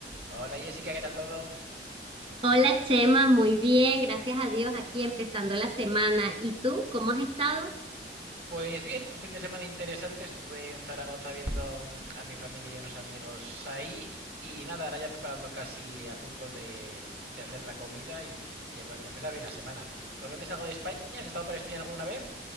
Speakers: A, on the right; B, on the right.
A: Hola Jessica, ¿qué tal todo?
B: Hola Chema, muy bien, gracias a Dios, aquí empezando la semana. ¿Y tú, cómo has estado?
A: Pues bien, un fin de semana interesante. Estuve en Zaragoza viendo mm, a mi familia y unos amigos ahí. Y nada, ahora ya preparando casi a punto de, de hacer la comida y, y a- empezar bien la semana. ¿Conoces algo de España? ¿Has estado por España alguna vez?